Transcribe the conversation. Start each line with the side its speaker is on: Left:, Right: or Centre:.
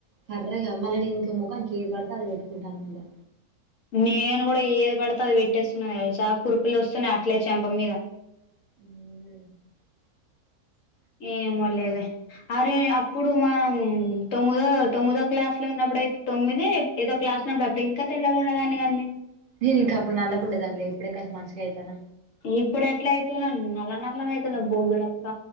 Right: కర్రగా మళ్ళీ నేన్ ఇంక ముఖం ఇంకేది పడితే అది పెట్టుకుంటాను మళ్ళా.
Left: నేను కూడా ఏది పడితే అది పెట్టేస్తున్నా తెలుసా కురుపులు వస్తున్నా అట్లే చెంప మీద.
Right: ఉఒ
Left: ఏమో లేదే అరే అప్ ఇప్పుడు మన్ తొమ్మిదో తొమ్మిదో క్లాస్ లో ఉన్నప్పుడయితే తొమ్మిది ఏదో క్లాస్ ఉన్నప్పుడు అప్పుడు ఇంక తెల్ ఇలా ఉండిదాని కాన్నే
Right: నేను ఇంకా అప్పుడు నల్లాగ ఉండేదన్నిలే ఇప్పుడే కస మంచిగా అయితన్న.
Left: ఇప్పుడు ఎట్లా అవుతున్నా నల్ల నల్లగా అయితున్నా బొగ్గులక్క.